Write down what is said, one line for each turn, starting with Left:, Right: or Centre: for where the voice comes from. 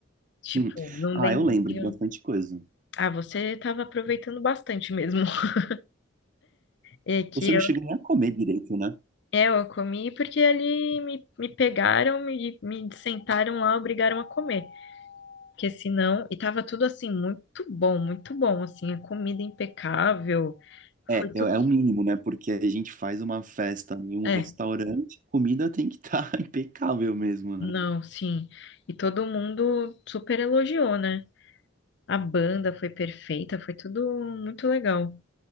Left: Tipo,
Right: Hum.
Left: não
Right: Ah,
Left: lembro.
Right: eu lembro
Left: de
Right: de
Left: um-
Right: bastante coisa.
Left: Ah, você tava aproveitando bastante mesmo. <laughs> E que
Right: Você não
Left: eu
Right: chegou nem a comer direito, né?
Left: é, eu comi porque ali me, me pegaram, me, me sentaram lá, obrigaram a comer. Porque senão, e tava tudo assim, muito bom, muito bom, assim, a comida impecável,
Right: É,
Left: foi
Right: é, é
Left: tudo,
Right: o mínimo, né? Porque a gente faz uma festa em um
Left: é,
Right: restaurante, comida tem que estar <laughs> impecável mesmo, né?
Left: não, sim, e todo mundo super elogiou, né? A banda foi perfeita, foi tudo muito legal.